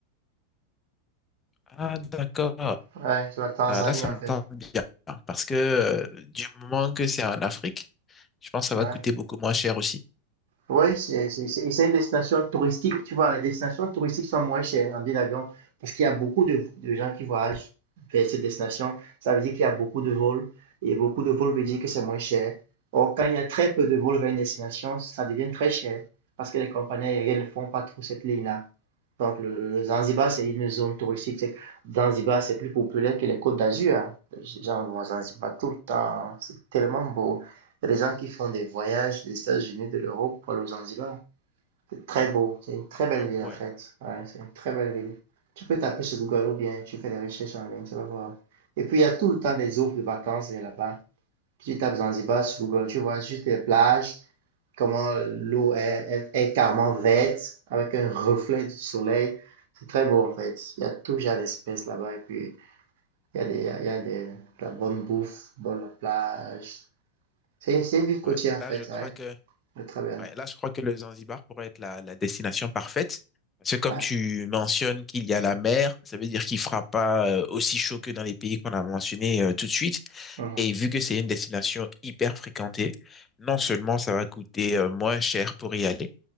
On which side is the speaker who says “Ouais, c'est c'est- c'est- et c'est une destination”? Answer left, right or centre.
Right